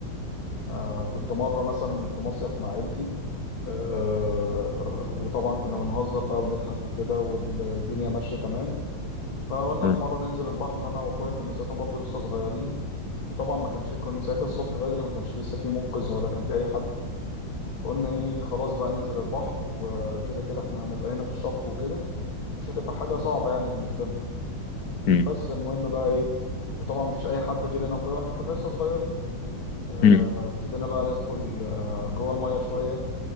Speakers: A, on the left (about 75°); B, on the left (about 55°).
A: آه كنت مره مثلا في مصيف مع عيلتي آه، وطبعا كنا بنهزر بقى ونضحك وكده والدنيا ماشية تمام فقلنا
B: مم.
A: في مرة ننزل البحر أنا وأخويا كنا ساعتها برضو لسه صغيرين وطبعا ما كانش كنا ساعتها الصبح بدري ما كانش لسه في منقذ ولا كان في أي حد فقلنا إيه خلاص بقى ننزل البحر وكده كده إحنا هنبقى هنا في الشط وكده مش هتبقى حاجة صعبة يعني بالنسبة لنا
B: مم.
A: بس المهم بقى إيه وطبعا مفيش أي حد غير أنا وأخويا وإحنا كنا لسه صغيرين آه،
B: مم.
A: ابتدينا بقى ندخل آه، جوه المية شوية